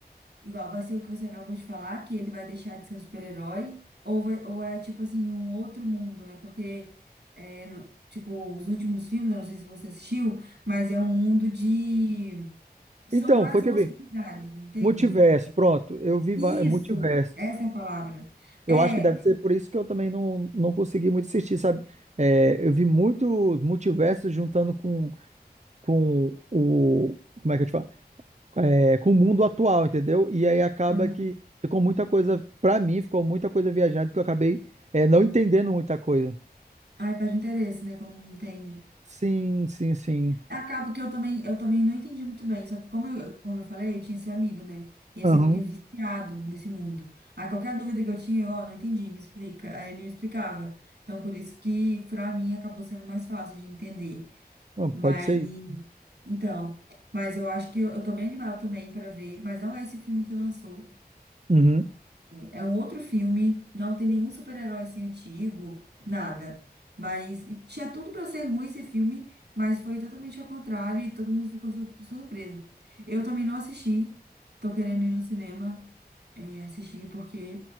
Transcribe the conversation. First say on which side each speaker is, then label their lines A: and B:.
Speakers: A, on the right; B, on the right.
A: igual, vai ser o que você acabou de falar, que ele vai deixar de ser um super-herói, ou, vai- ou é tipo assim, um outro mundo, né? Porque, é, no- tipo, os últimos filmes, eu não sei se você assistiu, mas é um mundo de. São
B: Então,
A: várias
B: foi
A: possibilidades,
B: que eu vi.
A: entende?
B: Multiverso, pronto, eu vi
A: Isso!
B: va- é, multiversos.
A: Essa é a palavra.
B: Eu
A: É.
B: acho que deve ser por isso que eu também não, não consegui muito assistir, sabe? É, eu vi muito multiversos juntando com, com o. Como é que eu te falo? é, com o mundo atual, entendeu? E aí acaba
A: Aham.
B: que ficou muita coisa, pra mim, ficou muita coisa viajada que eu acabei é, não entendendo muita coisa.
A: Ai, perde interesse, né? Quando não entende.
B: Sim, sim, sim.
A: Acaba que eu também, eu também não entendi muito bem. Só que como eu, como eu falei, eu tinha esse amigo, né? E esse
B: Aham.
A: amigo é viciado nesse mundo. Aí qualquer dúvida que eu tinha, eu, ó, não entendi, me explica. Aí ele me explicava. Então, por isso que pra mim acabou sendo mais fácil de entender.
B: Não, Pode
A: Mas,
B: ser isso.
A: então, mas eu acho que eu, eu tô bem animada também pra ver. Mas não é esse filme que lançou.
B: Uhum.
A: É um outro filme, não tem nenhum super-herói assim antigo, nada. Mas e tinha tudo pra ser ruim esse filme, mas foi totalmente ao contrário e todo mundo ficou sur- surpreso. Eu também não assisti, tô querendo ir no cinema eh, assistir porque